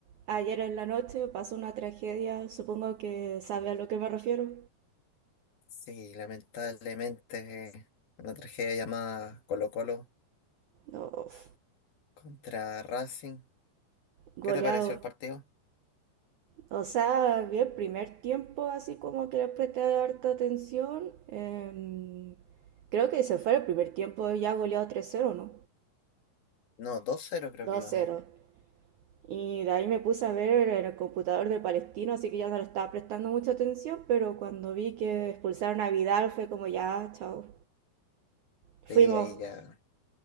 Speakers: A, on the right (about 80°); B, on the left (about 60°).
A: Ayer en la noche pasó una tragedia, supongo que sabe a lo que me refiero.
B: Sí, lamentablemente una tragedia llamada Colo-Colo
A: Uf,
B: contra Racing.
A: goleado.
B: ¿Qué te pareció el partido?
A: O sea, vi el primer tiempo así como que le presté harta atención. em, creo que se fue el primer tiempo ya goleado tres cero, no
B: No, dos cero creo
A: Dos
B: que íbamos.
A: cero. Y de ahí me puse a ver en el computador de Palestino, así que ya no le estaba prestando mucha atención, pero cuando vi que expulsaron a Vidal fue como ya, chao. Fuimos.
B: Sí, ahí ya.